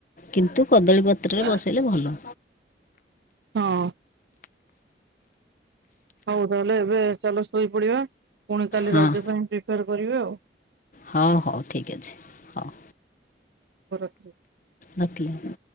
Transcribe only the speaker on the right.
ଆଉ
ହଁ ହଉ ତାହେଲେ ଏବେ ଚାଲ ଶୋଇପଡିବା ପୁଣି କାଲି
ରଜ ପାଇଁ ପ୍ରିପାର କରିବା ଆଉ
ରଖୁଚି